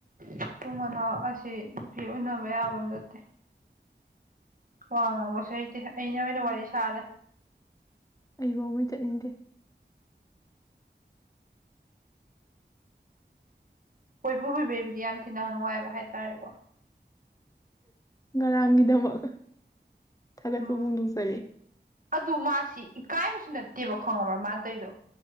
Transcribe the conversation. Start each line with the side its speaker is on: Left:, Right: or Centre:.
Right: ꯃꯇꯨꯡ ꯃꯅꯥꯎ ꯑꯁꯤ ꯅꯨꯄꯤ ꯎꯅꯕ ꯌꯥꯕ ꯅꯠꯇꯦ ꯋꯥ ꯉꯥꯡꯕꯁꯨ ꯍꯩꯇꯦ ꯑꯩꯅ ꯑꯣꯏꯅ ꯋꯥꯔꯤ ꯁꯥꯔ ꯂꯩ
Left: ꯑꯩ ꯕꯥꯎꯃꯩ ꯆꯠꯅꯤꯡꯗꯦ
Right: ꯀꯣꯏ ꯄꯨꯕꯤꯕꯩꯕꯨꯗꯤ ꯌꯥꯝ ꯊꯤꯅ ꯅꯨꯡꯉꯥꯏꯕ ꯍꯥꯏꯇꯥꯔꯦꯀꯣ
Left: ꯉꯔꯥꯡꯒꯤꯗꯃꯛ ꯊꯥꯒꯠꯄ
Right: ꯎꯝ
Left: ꯐꯣꯡꯗꯣꯛꯆꯔꯤ
Right: ꯑꯗꯨ ꯃꯥꯁꯤ ꯏꯀꯥꯏꯕꯁꯨ ꯅꯠꯇꯦꯕ ꯈꯪꯉꯕ꯭ꯔ ꯃꯥꯅꯥ ꯇꯩꯔꯤꯗꯣ